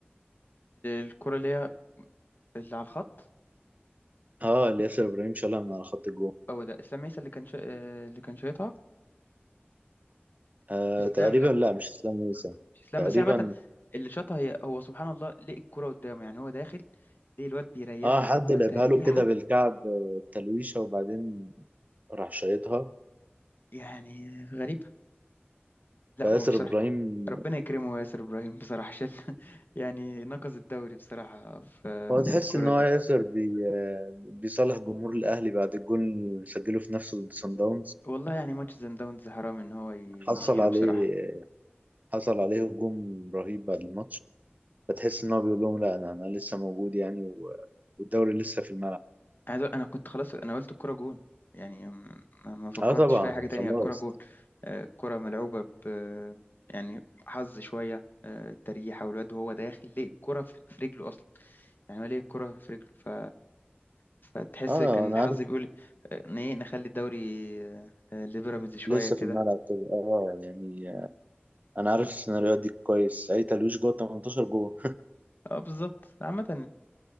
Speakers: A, on the left; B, on the right.
A: الكرة اللي هي اللي على الخط
B: اه اللي ياسر إبراهيم شالها من على خط الجون
A: هو ده اسلام عيسى اللي كان شا... آه، اللي كان شايطها
B: آه
A: اسلام
B: تقريبا
A: لا
B: لا مش إسلام عيسى
A: مش اسلام
B: تقريبا
A: بس هي عامة اللي شاطها هي هو سبحان الله لقي الكرة قدامه يعني هو داخل ليه الواد بيريح
B: اه
A: له
B: حد
A: الكرة
B: لعبها
A: تريحة
B: له كده بالكعب آه، تلويشة وبعدين راح شايطها
A: يعني غريبة لا
B: فياسر
A: وبصراحة
B: إبراهيم
A: ربنا يكرمه ياسر إبراهيم بصراحة شال <laughs> يعني نقص الدوري بصراحة في
B: هو تحس
A: في الكرة
B: إن هو
A: دي
B: ياسر بي آه، بيصالح جمهور الأهلي بعد الجول اللي سجله في نفسه ضد صن داونز
A: والله يعني ماتش سان داونز حرام إن هو يشيله
B: وحصل عليه
A: بصراحة
B: حصل عليه هجوم رهيب بعد الماتش فتحس ان هو بيقول لهم لا انا انا لسه موجود يعني و- والدوري لسه في الملعب
A: عايز أقول- انا كنت خلاص انا قلت الكرة جون يعني ما, ما فكرتش
B: اه طبعا
A: في اي حاجة تانية
B: خلاص
A: الكرة جون آه، الكرة ملعوبة ب يعني حظ شوية آه، تريحة والواد وهو داخل ليه الكرة في في رجله اصلا يعني هو ليه الكرة في رجله ف فتحس
B: اه
A: كان
B: انا
A: الحظ
B: عارف
A: بيقول آه، ان ايه نخلي الدوري آه، آه، لبيراميدز شوية
B: لسه
A: كده
B: في الملعب كده اه يعني انا عارف السيناريوهات دي كويس اي تلويش جوه 18 جوه <laughs>
A: اه بالظبط عامة